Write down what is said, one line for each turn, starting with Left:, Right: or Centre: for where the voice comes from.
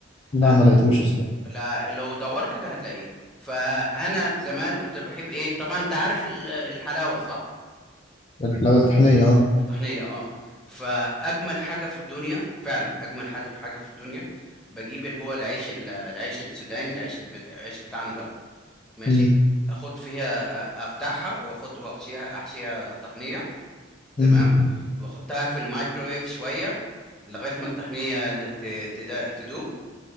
Left: لا
Centre: آه،
Left: ما لقيتوش أصلا
Centre: لا لو دورت كده هتلاقيه فانا زمان كنت بحب ايه طبعا انت عارف ال- الحلاوه صح
Left: الحلاوة الطحينية أه
Centre: الطحنيه اه فاجمل حاجه في الدنيا فعلا اجمل حاجه حاجه في الدنيا بجيب اللي هو العيش ال- العيش السوداني العيش الب- العيش بتاعنا ده ماشي
Left: أمم.
Centre: اخد فيها أ- افتحها واخد واحشيها احشيها طحنيه تمام
Left: أمم.
Centre: واحطها في الميكرويف شويه لغايه ما الطحنيه ت- تد- تدوب